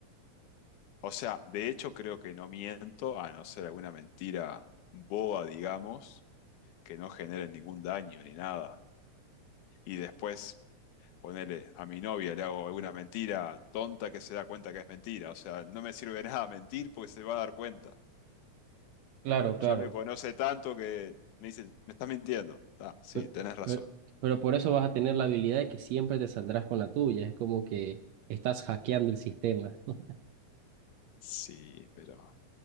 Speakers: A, on the left; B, on the right.
A: O sea, de hecho creo que no miento, a no ser alguna mentira boba, digamos, que no genere ningún daño ni nada. Y después Ponele, a mi novia le hago alguna mentira tonta que se da cuenta que es mentira. O sea, no me sirve de nada mentir porque se va a dar cuenta.
B: Claro, claro.
A: Ya me conoce tanto que me dice, me estás mintiendo. Ah, sí,
B: Pe-
A: tenés razón.
B: Pero, pero por eso vas a tener la habilidad de que siempre te saldrás con la tuya. Es como que estás hackeando el sistema. <laughs>
A: Sí, pero